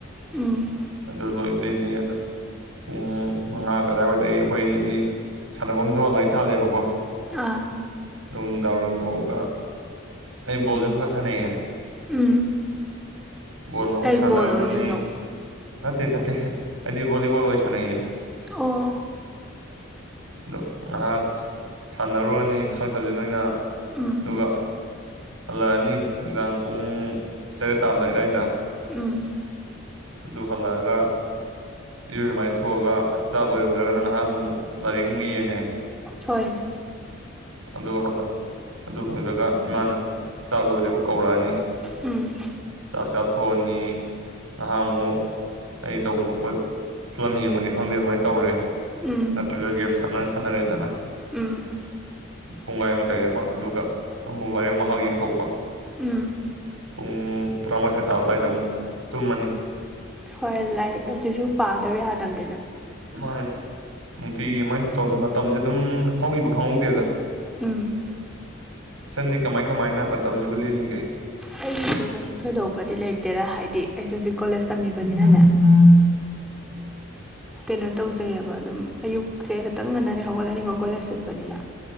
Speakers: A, in the centre; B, on the right (about 80°).
A: ꯎꯝ
B: ꯑꯗꯨ ꯂꯣꯏꯕꯗꯩꯗꯤ ꯄꯨꯡ ꯃꯉꯥ ꯑꯗꯥꯏꯋꯥꯗ ꯑꯩꯈꯣꯏꯗꯤ ꯁꯥꯟꯅꯐꯝꯗꯣ ꯂꯥꯏ ꯊꯥꯜꯂꯦꯕꯀꯣ
A: ꯑꯥ
B: ꯑꯗꯨ ꯅꯨꯪꯗꯥꯪꯋꯥꯏꯔꯝ ꯊꯣꯛꯑꯒ ꯑꯩ ꯕꯣꯜꯁꯨ ꯈꯔꯥ ꯈꯔꯥ ꯁꯟꯑꯩꯌꯦ
A: ꯎꯝ
B: ꯕꯣꯜ ꯑꯃꯨꯛ
A: ꯀꯩ
B: ꯁꯥꯟꯅꯔꯨꯕꯅꯤ
A: ꯕꯣꯜ ꯑꯣꯏꯗꯣꯏꯅꯣ
B: ꯅꯥꯇꯦ ꯅꯥꯇꯦ ꯑꯩꯗꯤ ꯕꯣꯂꯤꯕꯣꯜ ꯑꯣꯏꯟ ꯁꯥꯅꯩꯌꯦ <inaudible>
A: ꯑꯣ
B: ꯑꯗꯣ ꯉꯥꯏꯍꯥꯛ ꯁꯥꯟꯅꯔꯨꯔꯅꯤ ꯍꯛꯆꯥꯡ ꯁꯠꯁꯦ ꯅꯣꯏꯅ
A: ꯎꯝ
B: ꯑꯗꯨꯒ ꯍꯜꯂꯛꯑꯅꯤ ꯅꯨꯡꯗꯥꯡ ꯄꯨꯡ ꯇꯔꯦꯠ ꯇꯥꯔꯝꯗꯥꯏ ꯑꯗꯥꯏꯗ
A: ꯎꯝ
B: ꯑꯗꯨ ꯍꯜꯂꯛꯑꯒ ꯏꯔꯣꯏ ꯁꯨꯃꯥꯏꯅ ꯊꯣꯛꯑꯒ ꯆꯥꯛ ꯑꯣꯏꯔꯝꯗ꯭ꯔꯒꯅ ꯉꯥꯏꯍꯥꯛ ꯑꯃꯨꯛ ꯂꯥꯏꯔꯤꯛ ꯑꯃꯨꯛ ꯌꯦꯡꯉꯦ
A: ꯍꯣꯏꯅꯦ
B: ꯑꯗꯨ ꯑꯗꯨ ꯂꯣꯏꯕꯒ ꯏꯃꯥꯅ ꯆꯥꯛ ꯂꯣꯏꯔꯤ ꯀꯧꯔꯛꯑꯅꯤ
A: ꯎꯝ
B: ꯆꯥꯛ ꯆꯥꯊꯣꯛꯑꯅꯤ ꯅꯍꯥꯟꯃꯨꯛ ꯑꯩ ꯇꯧꯐꯝ ꯊꯣꯛꯄ ꯐꯤꯂꯝ ꯌꯦꯡꯕꯅꯤ ꯈꯪꯗꯦ ꯑꯗꯨꯃꯥꯏꯅ ꯇꯧꯔꯦ
A: ꯎꯝ
B: ꯅꯠꯇꯒ ꯒꯥꯪꯝ <unintelligible> ꯁꯥꯟꯅꯔꯗꯅ
A: ꯎꯝ
B: ꯄꯨꯡꯒꯥꯏ ꯑꯃ ꯀꯩ ꯑꯃ ꯑꯗꯨꯒ ꯑꯃꯨꯛ ꯃꯣꯕꯅ ꯑꯃꯨꯛ ꯉꯍꯥꯛ ꯌꯦꯡꯊꯣꯛꯄ
A: ꯎꯝ
B: ꯄꯨꯡ ꯇꯔꯥꯃꯊꯣꯏ ꯇꯥꯕꯥ ꯑꯗꯨꯋꯥꯏꯗ ꯑꯃꯨꯛ ꯇꯨꯝꯃꯅꯤ
A: ꯍꯣꯏ ꯂꯥꯏꯛ ꯑꯁꯤꯁꯨ ꯄꯥꯗꯕ ꯌꯥꯗꯕꯅꯤ
B: ꯃꯥꯅꯦ ꯅꯨꯡꯇꯤꯒꯤ ꯃꯃꯥꯏ ꯁꯨꯝ ꯇꯧꯗ ꯃꯇꯝꯁꯦ ꯑꯗꯨꯝ ꯍꯧꯈꯤꯕ ꯈꯪꯍꯧꯗꯦꯒ
A: ꯎꯝ
B: ꯆꯟꯗꯤ ꯀꯃꯥꯏ ꯀꯃꯥꯏꯅ ꯃꯇꯝꯁꯤꯕꯨ ꯂꯦꯜꯂꯤꯒꯦ
A: ꯑꯩꯒꯤꯁꯨ ꯀꯩꯁꯨ ꯊꯣꯏꯗꯣꯛꯄꯗꯤ ꯂꯩꯇꯦꯗ ꯍꯥꯏꯗꯤ ꯑꯩꯁꯦ ꯍꯧꯖꯤꯛ ꯀꯣꯂꯦꯖ ꯇꯝꯃꯤꯕꯅꯤꯅꯅꯦ
B: ꯎꯝ
A: ꯀꯩꯅꯣ ꯇꯧꯖꯩꯑꯕ ꯑꯗꯨꯝ ꯑꯌꯨꯛꯁꯦ ꯈꯤꯇꯪ ꯉꯟꯅꯅꯤ ꯍꯧꯒꯠꯂꯅꯤꯀꯣ ꯀꯣꯂꯦꯖ ꯆꯠꯄꯅꯤꯅ